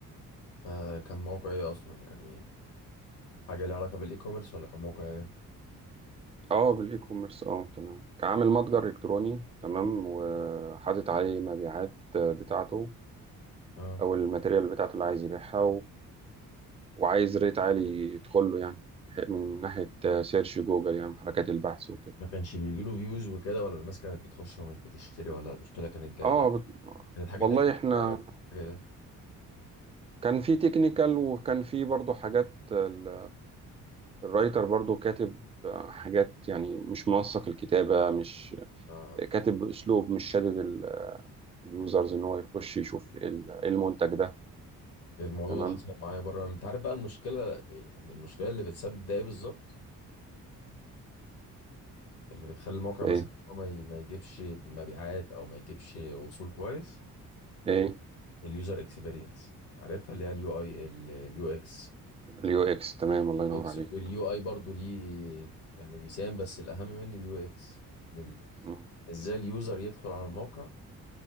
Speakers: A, on the left; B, on the right.
A: آه، كان موقع ايه اصلا يعني حاجه ليها علاقه بالاي كوميرس ولا كان موقع ايه
B: اه بالاي كوميرس اه تمام كعامل متجر الكتروني تمام وحاطط عليه مبيعات آه، بتاعته
A: اه
B: او الماتيريال بتاعته اللي عايز يبيعها وعايز ريت عالي يدخل له يعني من ناحية سيرش جوجل يعني حركات البحث وكده
A: ما كانش بيجي له فيوز وكده ولا الناس كانت بتخش ومش بتشتري ولا المشكله كانت جايه
B: اه
A: يعني
B: بت...
A: كانت حاجه
B: والله
A: تكتب
B: احنا
A: يعني حاجه ايه؟
B: كان في تكنيكال وكان في برضو حاجات ال... الرايتر برضو كاتب حاجات يعني مش منسق الكتابة مش
A: اه
B: كاتب بأسلوب مش شادد ال- اليوزرز ان هو يخش يشوف ايه ال- إيه المنتج ده
A: إيه الموضوع
B: تمام
A: ده حصل معايا بره انت عارف بقى المشكله يعني المشكله اللي بتسبب ده ايه بالظبط اللي بتخلي الموقع مثلا
B: ايه
A: إن هو ما ي- ما يجيبش مبيعات او ما يجيبش وصول كويس
B: ايه
A: اليوزر اكسبيرينس عارفها اللي هي اليو اي اليو اكس
B: اليو اكس تمام الله ينور
A: UX
B: عليك
A: واليو اي برضو ليه يعني بيساهم بس الاهم منه اليو اكس إن ال-
B: مم.
A: ازاي اليوزر يدخل على الموقع